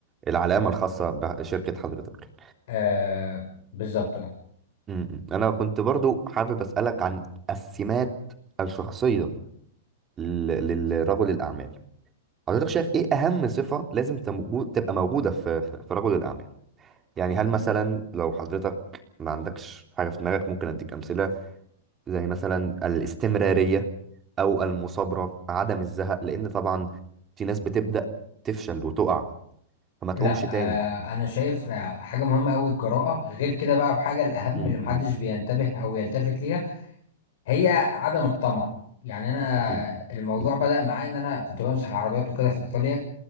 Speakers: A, on the right; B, on the left.
A: العلامة الخاصة بشركة حضرتك
B: آه بالظبط
A: م-م. أنا كنت برضو حابب أسألك عن السمات الشخصية لل- للرجل الأعمال حضرتك شايف إيه أهم صفة لازم تمو- تبقى موجودة في في في رجل الأعمال يعني هل مثلا لو حضرتك ما عندكش حاجة في دماغك ممكن أديك أمثلة زي مثلا الاستمرارية أو المثابرة عدم الزهق لأن طبعا في ناس بتبدأ تفشل وتقع فما تقومش
B: لا
A: تاني
B: آه، انا شايف آه، حاجه مهمه قوي الجراءه غير كده بقى وحاجه الاهم
A: مم،
B: اللي محدش
A: مم.
B: بينتبه او يلتفت ليها هي عدم الطمع يعني انا
A: أكيد
B: الموضوع
A: أكيد
B: بدأ معايا ان انا كنت بمسح العربيات وكده في ايطاليا